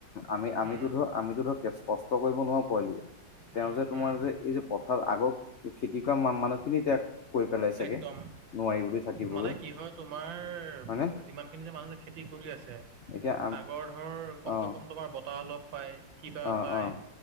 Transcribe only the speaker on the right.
উম
উম,
উম,
একদম।
মানে কি হয় তোমাৰ
যিমানখিনি যে মানুহ যে খেতি কৰি আছে
আগৰ ধৰ কমচে
কম তোমাৰ বতাহ অলপ পায়, কিবা
পায়।